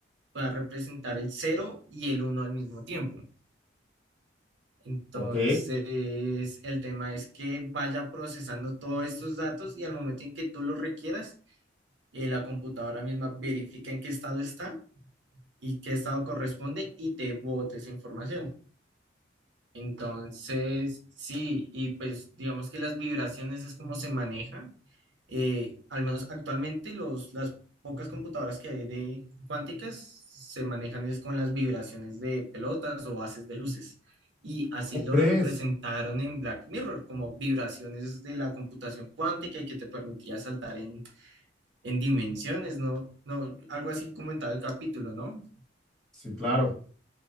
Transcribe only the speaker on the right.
pueda representar el cero y el uno al mismo tiempo. Entonces,
el tema es que vaya procesando todos estos datos y al momento en que tú los requieras, eh, la computadora misma verifica en qué estado está y qué estado corresponde y te bote esa información. Entonces, sí, y pues digamos que las vibraciones es como se maneja eh, al menos actualmente los, las pocas computadoras que hay de cuánticas se manejan es con las vibraciones de pelotas o haces de luces. Y así
lo
representaron en Black Mirror, como vibraciones de la computación cuántica y que te permitía saltar en, en dimensiones, ¿no? No, algo así comentaba el capítulo, ¿no?